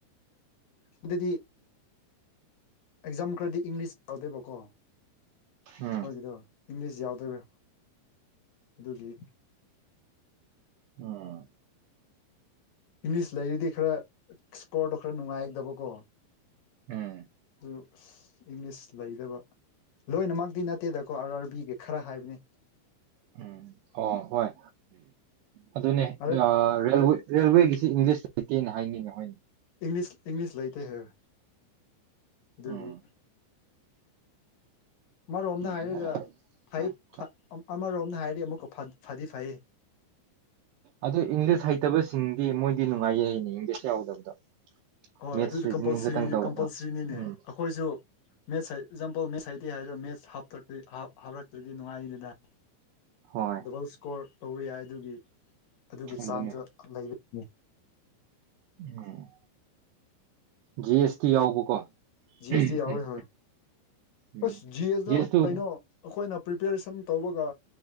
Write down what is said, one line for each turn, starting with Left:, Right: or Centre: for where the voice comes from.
Left: ꯎꯗꯗꯤ ꯑꯦꯛꯖꯥꯝ ꯈꯔꯗꯤ ꯏꯪꯂꯤꯁ ꯌꯥꯎꯗꯦꯕꯀꯣ
Right: ꯎꯝ
Left: ꯃꯣꯏꯒꯤꯗꯣ ꯏꯪꯂꯤꯁ ꯌꯥꯎꯗꯣꯏꯕ꯭ꯔꯥ ꯑꯗꯨꯒꯤ
Right: ꯑꯥ
Left: ꯏꯪꯂꯤꯁ ꯂꯩꯔꯗꯤ ꯈꯔ ꯏꯁꯀꯣꯔꯗꯣ ꯈꯔ ꯅꯨꯡꯉꯥꯏꯗꯕꯀꯣ
Right: ꯎꯝ
Left: ꯑꯗꯨ ꯑꯁ ꯏꯪꯂꯤꯁ ꯂꯩꯗꯕ ꯂꯣꯏꯅꯃꯛꯇꯤ ꯅꯠꯇꯦꯗꯀꯣ ꯑꯥꯔ ꯑꯥꯔꯕꯤꯒ ꯈꯔ ꯍꯥꯏꯕꯅꯦ
Right: ꯎꯝ ꯑꯣ ꯍꯣꯏ ꯑꯗꯨꯅꯦ
Left: ꯑꯔꯦ
Right: ꯑꯥ ꯔꯦꯜꯋꯦ__ ꯔꯦꯜꯋꯦꯒꯤꯁꯤ ꯏꯪꯂꯤꯁ ꯂꯩꯇꯦꯅ ꯍꯥꯏꯅꯤꯅꯦ ꯍꯣꯏꯅꯦ
Left: ꯏꯪꯂꯤꯁ ꯏꯪꯂꯤꯁ ꯂꯩꯇꯦ ꯍꯥꯏꯔ ꯑꯗꯨꯒꯤ
Right: ꯎꯝ
Left: ꯑꯃꯔꯣꯝꯗ
Right: ꯎꯝ
Left: ꯍꯥꯏꯔꯒ
Right: ꯌꯥꯔꯦ
Left: ꯐꯩ
Right: ꯍꯣꯏ ꯆꯣ
Left: ꯐꯥ ꯑ ꯑꯃꯔꯣꯝꯅ ꯍꯥꯏꯔꯗꯤ ꯑꯃꯨꯛꯀ ꯐꯥꯗ ꯐꯗꯤ ꯐꯩꯌꯦ
Right: ꯑꯗꯨ ꯏꯪꯂꯤꯁ ꯍꯩꯇꯕꯁꯤꯡꯗꯤ ꯃꯣꯏꯗꯤ ꯅꯨꯡꯉꯥꯏꯌꯦ ꯍꯥꯏꯅꯦ ꯏꯪꯂꯤꯁ ꯌꯥꯎꯗꯕꯗꯣ
Left: ꯍꯣꯏ
Right: ꯃꯦꯠꯁ
Left: ꯑꯗꯨꯗꯤ
Right: ꯔꯤꯖꯅꯤꯡ
Left: ꯀꯝꯄꯜꯁ꯭ꯔꯤꯅꯤ
Right: ꯈꯛꯇꯪ ꯇꯧꯕꯗꯣ
Left: ꯀꯝꯄꯜꯁ꯭ꯔꯤꯅꯤꯅꯦ
Right: ꯎꯝ
Left: ꯑꯩꯈꯣꯏꯁꯨ ꯃꯦꯖ ꯍꯩ ꯑꯦꯛꯖꯥꯝꯄꯜ ꯃꯦꯠꯁ ꯍꯥꯏꯇꯦ ꯍꯥꯏꯔ ꯃꯦꯁ ꯍꯥꯞꯇ꯭ꯔꯗꯤ ꯍꯥꯞ ꯍꯥꯞꯔꯛꯇ꯭ꯔꯗꯤ ꯅꯨꯡꯉꯥꯏꯅꯤꯅ
Right: ꯍꯣꯏ
Left: ꯗꯕꯜ ꯏꯁꯀꯣꯔ ꯇꯧꯔ ꯌꯥꯏ ꯑꯗꯨꯒꯤ ꯑꯗꯨꯒꯤ
Right: ꯑꯗꯨꯅꯦ
Left: ꯆꯥꯡꯗ ꯂꯩꯔꯦꯅꯦ
Right: ꯎꯝ ꯖꯤ ꯑꯦꯁ ꯇꯤ ꯌꯥꯎꯕꯀꯣ
Left: ꯖꯤ ꯑꯦꯁ ꯇꯤ ꯌꯥꯎꯋꯦ
Right: ꯎꯝ
Left: ꯍꯣꯏ
Right: ꯎꯝ
Left: ꯑꯁ ꯖꯤ ꯑꯦꯁꯇꯣ
Right: ꯑꯦꯁ ꯇꯨ
Left: ꯀꯩꯅꯣ ꯑꯩꯈꯣꯏꯅ ꯄ꯭ꯔꯤꯄꯦꯔꯦꯁꯟ ꯇꯧꯕꯒ